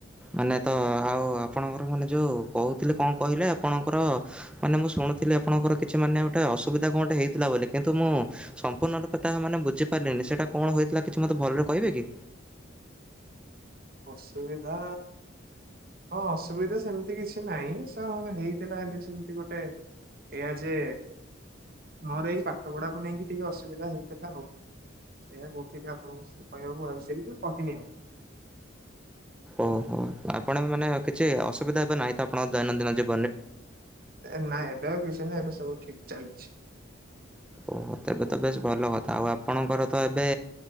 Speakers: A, in the centre; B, on the right.
A: ମାନେ ତ ଆଉ ଆପଣଙ୍କର ମାନେ ଯୋଉ କହୁଥିଲି କଣ କହିଲେ ଆପଣଙ୍କର ମାନେ ମୁଁ ଶୁଣୁଥିଲି ଆପଣଙ୍କର କିଛି ମାନେ ଗୋଟେ ଅସୁବିଧା କଣ ଗୋଟେ ହେଇଥିଲା ବୋଲି କିନ୍ତୁ ମୁଁ ସମ୍ପୂର୍ଣ୍ଣ ରୂପେ ତାହା ମାନେ ବୁଝିପାରିଲିନି ସେଇଟା କଣ ହେଇଥିଲା କିଛି ମତେ ଭଲରେ କହିବେ କି।
B: ଅସୁବିଧା ହଁ ଅସୁବିଧା ସେମିତି କିଛି ନାହିଁ, ସେଁ ହେଇଥିଲା ହେଲା ବୋଲି ସେମିତି ଗୋଟେ ଏଇଆ ଯେ ମୋର ଏଇ ପାଠ ପଢାକୁ ନେଇକି ଟିକେ ଅସୁବିଧା ହେଇଥିଲା ଆଉ। ସେଇୟଆ କହୁଥିଲି ଆପଣଙ୍କୁ ସେ କହିବାକୁ ଭାବିଥିଲି ତ କହିନି ଆଉ।
A: ଓହୋ ଆପଣ ମାନେ କିଛି ଅସୁବିଧା ଏବେ ନାହିଁ ତ ଆପଣଙ୍କ ଦୈନନ୍ଦିନ ଜୀବ
B: ନାଇଁ ଏବେ ଆଉ କିଛି ନାହିଁ ଏବେ ସବୁ ଠିକ୍। ଚାଲିଚି।
A: ଓ ତେବେ ତ ବେଶ ଭଲ କଥା ଆଉ ଆପଣଙ୍କର ତ ଏବେ